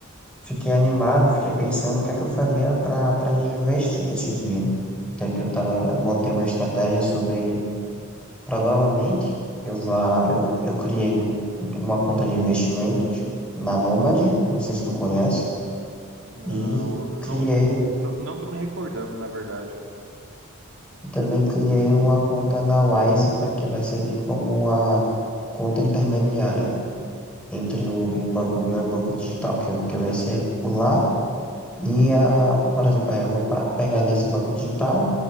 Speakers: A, in the centre; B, on the right (about 70°).
A: Fiquei animado, fiquei pensando o que é que eu faria para para investir esse dinheiro. Até que eu tava, eu montei uma estratégia sobre, provavelmente, eu vá, eu, eu criei uma conta de investimentos na Nomad, não sei se tu conhece,
B: Não,
A: e
B: eu
A: criei,
B: não tô, não tô me recordando, na verdade.
A: e também criei uma conta na Wise, para que vai servir como uma conta intermediária entre o banco, meu banco digital que eu, que eu recebo por lá E, a, por exemplo, aí eu vou pa- pegar desse banco digital,